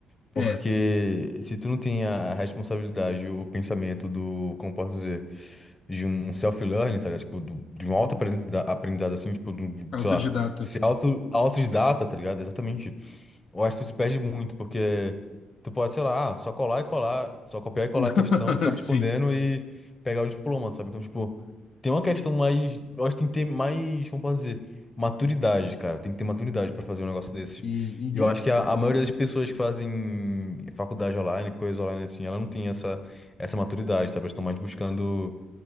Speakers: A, on the left (about 20°); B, on the left (about 60°).
A: Porque
B: É,
A: se tu não tem a responsabilidade, o pensamento do, como posso dizer, de um self-learning, tá ligado? Tipo, do- de um auto-aprendizado assim, tipo, do,
B: autodidata.
A: sei lá, ser auto, autodidata, tá ligado? Exatamente. Eu acho que tu se perde muito, porque tu pode, sei lá, ah, só colar e colar, só copiar e colar
B: <laughs>
A: a questão e ficar respondendo
B: Sim.
A: e pegar o diploma, sabe? Então, tipo, tem uma questão mais. Eu acho que tem que ter mais, como posso dizer, maturidade, cara. Tem que ter maturidade pra fazer um negócio desses.
B: Hum, Uhum,
A: E eu acho que a, a maioria das pessoas que fazem faculdade online, coisa online assim, ela não tem essa, essa maturidade, sabe? Elas estão mais buscando.